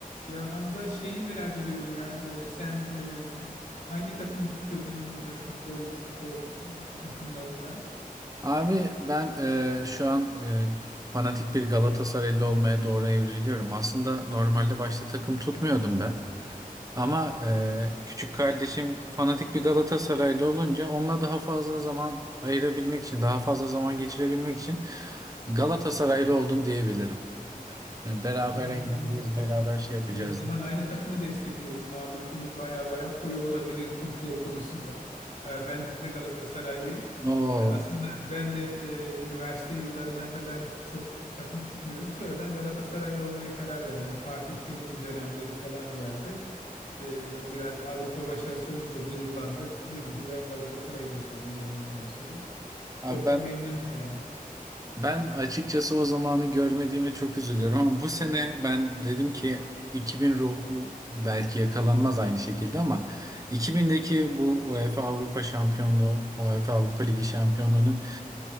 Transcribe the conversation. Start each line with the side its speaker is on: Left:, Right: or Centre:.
Left: Ya Hamza şeyi merak ediyorum ya e, sen e, hangi takımı tutuyordun e, futbol futbol takımlarından?
Right: Abi ben e, şu an e, fanatik bir Galatasaraylı olmaya doğru evriliyorum. Aslında normalde başta takım tutmuyordum ben. Ama e, küçük kardeşim fanatik bir Galatasaraylı olunca onunla daha fazla zaman ayırabilmek için, daha fazla zaman geçirebilmek için Galatasaraylı oldum diyebilirim. Yani beraber
Left: Anladım
Right: eğleneceğiz,
Left: anladım.
Right: beraber şey yapacağız.
Left: E, o zaman aynı takımı destekliyoruz. Muhabbetiniz baya baya koyu olabilir futbol konusunda. E, ben de Galatasaraylıyım.
Right: Oo.
Left: E, aslında ben de e, üniversite yıllarına kadar çok bir takım tutmuyordum. Sonradan Galatasaraylı olmaya karar verdim. O Fatih Terim'in dönemleri falan geldi. E, ve biraz Avrupa başarısı olunca gururlandık. Dedim ki ben Galatasaray'ı destekleyeceğim bundan sonra.
Right: Abi
Left: Çok
Right: ben
Left: da memnunum yani.
Right: Ben açıkçası o zamanı görmediğime çok üzülüyorum ama bu sene ben dedim ki 2000 ruhu belki yakalanmaz aynı şekilde ama 2000'deki bu UEFA Avrupa Şampiyonluğu, UEFA Avrupa Ligi şampiyonluğunu